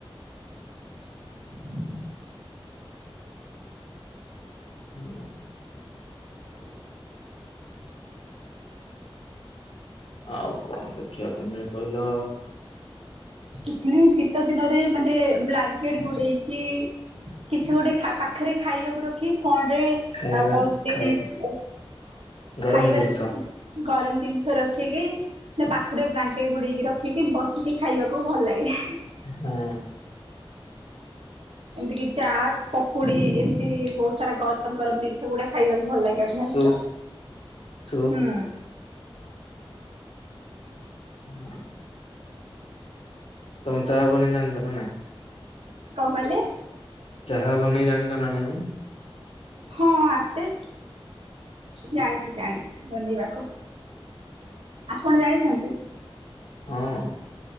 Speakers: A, on the right; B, on the left.
A: <inaudible>
B: ହୁଁ <unintelligible>
A: ହଞ <unintelligible>
B: ଆଉ କଣ ଦେଖିବାକୁ ମିଳେ, କହିଲ?
A: କିଛି ନାହିଁ ଶୀତ ଦିନରେ ମାନେ, ବ୍ଲାଙ୍କେଟ ଗୋଡେଇକି କିଛି ଗୋଟେ ପାଖରେ ଖାଇବାକୁ ରଖି ଫଣରେ <unintelligible>
B: ଖାଇବାରେ
A: କଣ
B: ଖାଉ
A: ହଁ
B: ଗରମ
A: ଖାଇବାର
B: ଜିନିଷ
A: ଗରମ ଜିନିଷ ରଖିକି, ନା ପାଖରେ ବ୍ଲାଙ୍କେଟ ଗୁଡକି ରଖିକି, ବସିକି ଖାଇବାକୁ ଖୁବ ଭଲ ଲାଗେ।
B: ହଁ
A: ଏମତି କି ଚା ପକୁଡି, ଏମତି ବହୁତ ସାରା ଗରମ ଗରମ ଜିନିଷ ଗୁଡା ଖାଇବାକୁ ଭଲ ଲାଗେ, ଠ
B: ସୁପ୍
A: ତ
B: ସୁପ୍
A: <unintelligible> ହୁଁ।
B: ହଁ। <unintelligible> ତମେ ଚା ବନେଇ ଜାଣିଚ ନା ନାଇଁ?
A: କଣ କହିଲେ?
B: ଚାହା ବନେଇ ଜାଣିଛ ନା ନାଇଁ?
A: ହଁ ଆସେ, ଜାଣିଛି ଜାଣିଛି ବନେଇବା ଆପଣ ଜାଣିଚନ୍ତି?
B: ହଁ